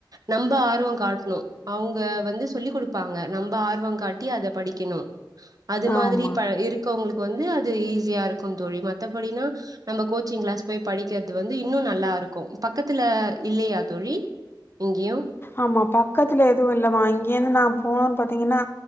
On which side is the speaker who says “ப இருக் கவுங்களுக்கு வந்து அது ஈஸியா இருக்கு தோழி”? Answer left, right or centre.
Right